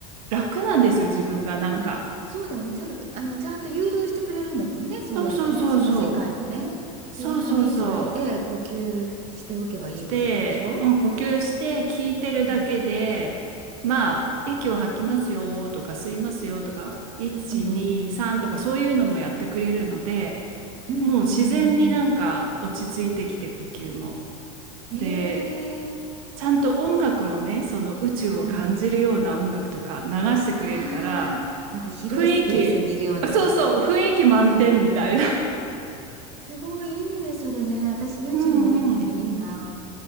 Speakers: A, on the right; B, on the right.
A: 楽なんですよ、自分がなんか。
B: うんそうだよね。ちゃんと、あの、ちゃんと誘導してくれるんだもんね。そうやってね、
A: そうそうそうそ
B: その世界にね。
A: う。そうそうそ
B: 自分は目つぶって呼吸しておけばいいってことでしょ
A: う。して、うん、呼吸して聞いてるだけで、
B: うん
A: まあ、息を吐きますよとか吸いますよとか、1、
B: うんうん。
A: 2、3とかそういうのもやってくれるので、
B: うんうんうんうんうん。
A: もう自然になんか落ち着いてきて呼吸も。
B: ええ
A: で、ちゃんと音楽もね、その宇宙を感じるような音楽とか流してくれるから、
B: うんうん。ああ、なんか広いスペースにいるような。
A: 雰囲気、そうそう、雰囲気満点みたいな。
B: ああ、すごいいいね、それね。私、宇宙のい、
A: うんうん。
B: え、いいな。